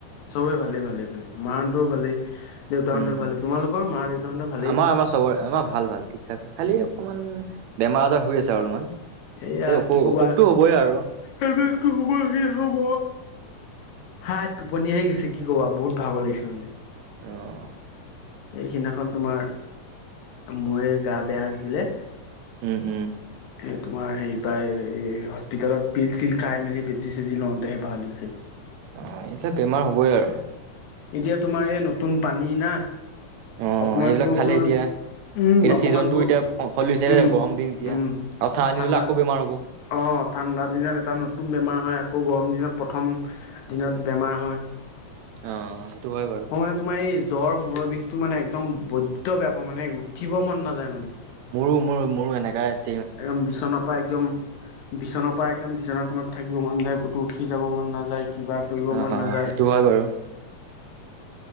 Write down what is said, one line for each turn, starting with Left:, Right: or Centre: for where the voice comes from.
Left: চবেই ভালে-ভালে-ভালেই! মাহঁতৰো ভালেই। দেউতাহঁতৰ
Right: উম
Left: ভালেই তোমালোকৰ মা দেউতাহঁতৰ ভালেই
Right: আমাৰ আমাৰ চবৰে আমাৰ ভাল ভাল ঠিক খালি
Left: উম
Right: অকমান উম, বেমাৰ-আজাৰ হৈ আছে আৰু অলপমান।
Left: এয়া
Right: যে অসু
Left: কি কবা
Right: অসুখটো হ'বই আৰু
Left: এইবটো হ'ব ল হ'ব হা টোপনি আহি গৈছে কি ক'বা বহুত ভাগৰ লাগিছে মানে
Right: অঁ
Left: এইখিদিনাখন তোমাৰ ময় গা বেয়া হৈছিলে
Right: উম উম
Left: এ তোমাৰ হেৰি পাই এই হস্পিতালত পিল চিল খাই মেলি বেটি চেজী লওঁতে সে ভাল হৈছে
Right: অ এইতিয়া বেমাৰ হ'বই আৰু
Left: এতিয়া তোমাৰ এই নতুন পানী না
Right: অ
Left: অকণমান
Right: সেইবিলাক
Left: বৰষুণত
Right: খালে এতিয়া
Left: উম
Right: এতিয়া
Left: অকমান
Right: ছিজনতটো
Left: ব
Right: এতিয়া সলিছে ন
Left: উম
Right: গৰম দিন এতিয়া
Left: উম
Right: আৰু ঠা হলে
Left: ঠাণ্ডা
Right: আকৌ বেমাৰ হ'ব
Left: অ'! ঠাণ্ডা দিনত এটা, নতুন বেমাৰ হয়। আকৌ, গৰম দিনত প্ৰথম, দিনত বেমাৰ হয়
Right: অ হয় বাৰু
Left: মই মানে, তোমাৰ এই জ্বৰ বিষটো মানে একদম বৈদ্য বেয়া পাওঁ মানে উঠিব মন নাযায় মানে
Right: মোৰো মোৰো মোৰো এনেকাই আছে
Left: একদম বিচনাৰ পৰা একদম বিচনাৰ পৰা একদম বিচনাখনত থাকিব মন যায় কতো উঠি শিকিকাব মন নাযায় কিবা কৰিব
Right: অ
Left: মন
Right: অ
Left: নাযায়
Right: সেইটো হয় বাৰু